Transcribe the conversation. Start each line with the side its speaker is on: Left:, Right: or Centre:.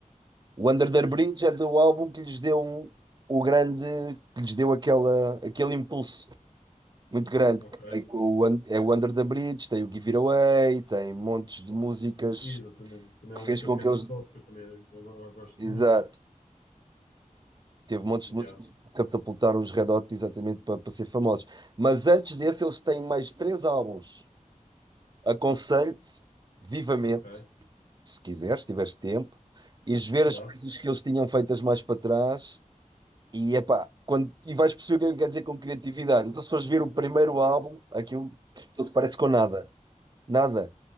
Right: O Under the
Left: e,
Right: Bridge é do álbum que lhes deu um, o grande, que lhes deu aquela, aquele impulso muito grande.
Left: ok,
Right: que Tem o, Un- é o Under the Bridge, tem o Give It Away, tem montes de músicas
Left: exatamente, também
Right: que
Left: há
Right: fez
Left: uma que
Right: com
Left: é o Can't
Right: que eles.
Left: Stop, que eu também agora gosto
Right: Exato.
Left: muito,
Right: Teve montes
Left: yeah,
Right: de músicas que catapultaram os Red Hot exatamente para, para ser famosos. Mas antes desse, eles têm mais três álbuns. Aconselho-te vivamente,
Left: ok,
Right: se quiseres, se tiveres tempo, ires ver
Left: claro.
Right: as coisas que eles tinham feitas mais para trás E, epá, quando, e vais perceber o que é que quer dizer com criatividade. Então, se fores ver o primeiro álbum, aquilo não se parece com nada. Nada,